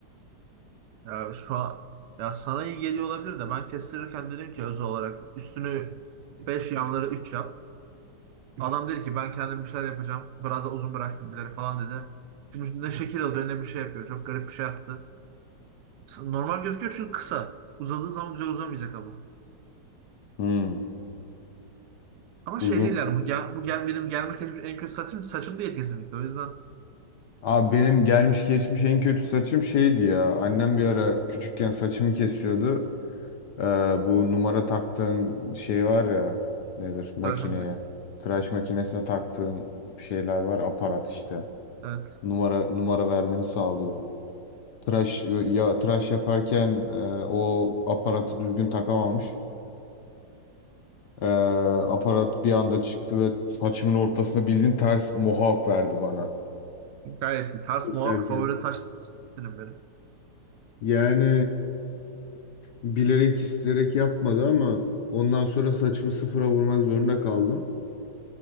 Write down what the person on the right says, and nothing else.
Ya şu an ya sana iyi geliyor olabilir de ben kestirirken dedim ki özel olarak üstünü 5 yanları 3 yap. Adam dedi ki ben kendim bir şeyler yapacağım. Biraz da uzun bıraktım bilerek falan dedi. Şimdi ne şekil alıyor ne bir şey yapıyor. Çok garip bir şey yaptı. Normal gözüküyor çünkü kısa. Uzadığı zaman güzel uzamayacak ama.
Ama
şey değil yani bu, gel, bu gel, benim gelme kesmiş en kötü saçım saçım değil kesinlikle. O yüzden
tıraş makinesi.
Evet.
Gayet iyi. Ters
mohawk favori taş stilim benim.